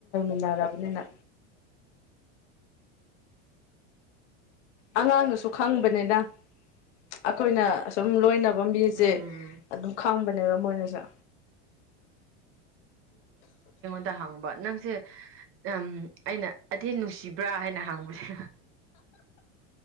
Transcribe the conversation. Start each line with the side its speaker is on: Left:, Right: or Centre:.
Left: ꯗꯕꯅꯤꯅ ꯑꯉꯥꯡꯅꯁꯨ ꯈꯪꯕꯅꯤꯅ ꯑꯩꯈꯣꯏꯅ ꯁꯁꯨꯝ ꯂꯣꯏ ꯝꯕꯤꯁꯦ
Right: ꯎꯝ
Left: ꯑꯗꯨꯝ ꯈꯪꯕꯅꯦꯕ ꯃꯣꯏꯅꯁꯨꯦ
Right: ꯇ ꯍꯥꯡꯕ ꯅꯪꯁꯦ ꯎꯝ ꯑꯩꯅ ꯑꯙꯦꯟ ꯅꯨꯡꯁꯤꯕ꯭ꯔꯥ ꯍꯥꯏꯅ ꯍꯥꯡꯕꯁꯦ